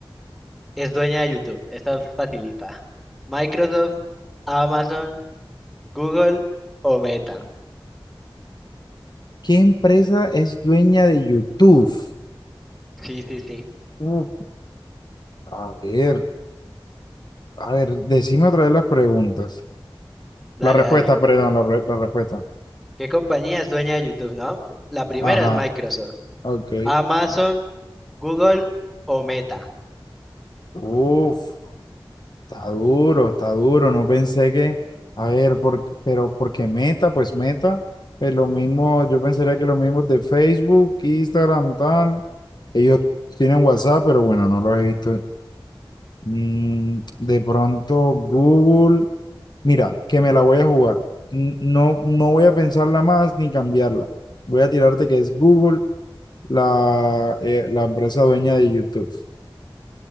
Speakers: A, in the centre; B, on the left.
A: es dueña de YouTube. Esta facilita. Microsoft, Amazon, Google o Meta.
B: ¿Qué empresa es dueña de YouTube?
A: Sí, sí, sí.
B: Uh, a ver, a ver, decime otra vez las preguntas.
A: Dale,
B: La respuesta,
A: dale.
B: perdón, la, re- la respuesta.
A: ¿Qué compañía es dueña de YouTube, no? La primera
B: Ajá,
A: es Microsoft.
B: Ok.
A: Amazon, Google o Meta.
B: Uf, está duro, está duro. No pensé que, a ver, por- pero porque Meta, pues Meta, es lo mismo, yo pensaría que lo mismo de Facebook, Instagram, tal. Ellos tienen WhatsApp, pero bueno, no los he visto. Mm, de pronto Google, mira, que me la voy a jugar. N- No, no voy a pensarla más ni cambiarla. Voy a tirarte que es Google, la, eh, la empresa dueña de YouTube. O